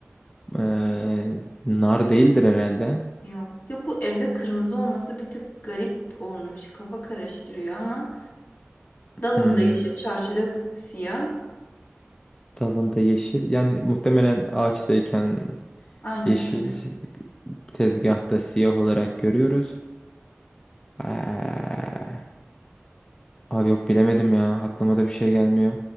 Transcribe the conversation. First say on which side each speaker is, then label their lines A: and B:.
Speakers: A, on the left; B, on the left.
A: Ee, nar değildir herhalde.
B: Yok. Ya bu evde kırmızı olması bir tık garip olmuş. Kafa karıştırıyor ama dalında
A: Hmm.
B: yeşil, çarşıda siyah.
A: Dalında yeşil. Yani muhtemelen ağaçtayken
B: Aynen,
A: yeşil,
B: aynen.
A: tezgahta siyah olarak görüyoruz. Eee, abi yok bilemedim ya. Aklıma da bir şey gelmiyor.